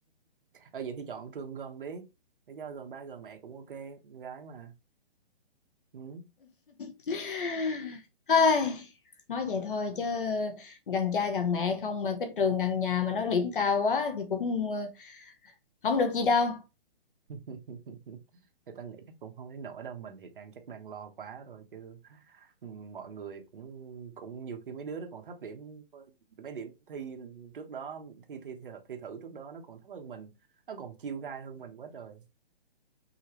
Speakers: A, on the right (about 60°); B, on the left (about 60°).
A: ở vậy thì chọn trường gần đi để cho gần ba gần mẹ cũng ok con gái mà ừ.
B: <sighs> Ai, nói vậy thôi chứ gần cha gần mẹ không mà cái trường gần nhà mà nó điểm cao quá thì cũng ờ, không được gì đâu
A: <laughs> thì ta nghĩ chắc cũng không đến nỗi đâu mình thì đang chắc đang lo quá rồi chứ ừ, mọi người cũng cũng nhiều khi mấy đứa nó còn thấp điểm mấy điểm thi trước đó thi thi thi, thi thử trước đó nó còn thấp hơn mình nó còn chiêu gai hơn mình quá trời